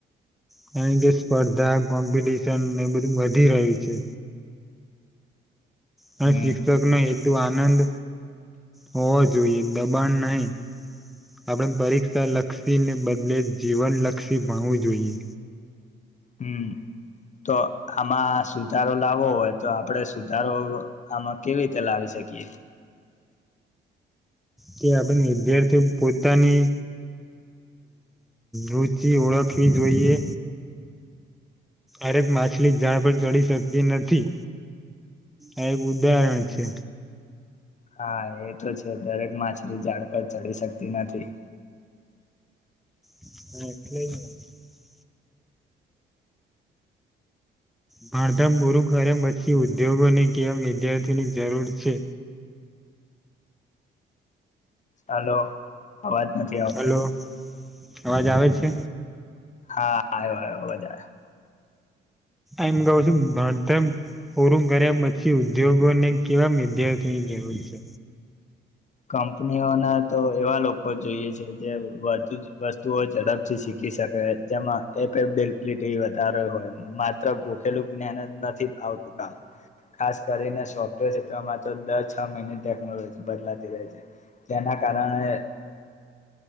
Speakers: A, in the centre; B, on the left (about 35°).
A: કારણ કે સ્પર્ધા કોમ્પિટિશન ને બધું વધી રહ્યું છે હ
B: હમ
A: શિક્ષક ને એ આનંદ હોવો જોઈએ દબાણ નહી આપણે પરીક્ષા લક્ષીને બદલે જીવનલક્ષી ભણવું જોઈએ
B: હમ તો આમાં સુધારો લાવવો હોય તો આપણે સુધારો આમાં કેવી રીતે લાવી શકીએ
A: કે આપણે વિદ્યાર્થી પોતાની રુચિ હનનન ઓળખવી જોઈએ હરેક માછલી ઝાડ પર ચડી શકતી નથી આ એક ઉદાહરણ છે
B: હા એ તો છે દરેક માછલી ઝાડ પર ચડી શકતી નથી
A: <inaudible> ભાણધામ પૂરું કર્યા પછી ઉદ્યોગોને કેવા વિધ્યાર્થીઓની જરૂર છે
B: હલો અવાજ નથી આવતો
A: હલો અવાજ આવે છે
B: હા આયો આયો <unintelligible>
A: એમ કહ છું ભણતર પૂરું કર્યા પછી ઉદ્યોગોને કેવા વિદ્યાર્થીઓની જરૂર છે
B: કંપનીઓના તો એવા લોકો જોઈએ છે જે વધુ જ વસ્તુઓ ઝડપથી શીખી શકે જેમાં એપબલિટી વધારે હોય માત્ર ગોખેલું જ્ઞાન જ નથી આવતું કામ ખાસ કરીને સોફ્ટવેર ક્ષેત્રમાં તો દર છ મહિને ટેકનોલોજી બદલાતી રે છે જેના કારણે